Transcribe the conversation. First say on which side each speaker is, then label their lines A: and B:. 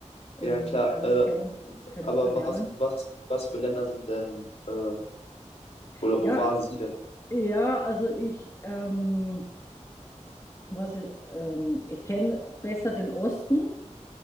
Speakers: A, on the left; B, on the left.
A: ähm,
B: ja, klar.
A: alles
B: Äh,
A: kennen, kennenzulernen.
B: Aber was, was, was für Länder sind denn, äh, oder
A: Ja,
B: wo waren Sie denn?
A: ja, also ich, ähm, was, ähm, ich kenne besser den Osten.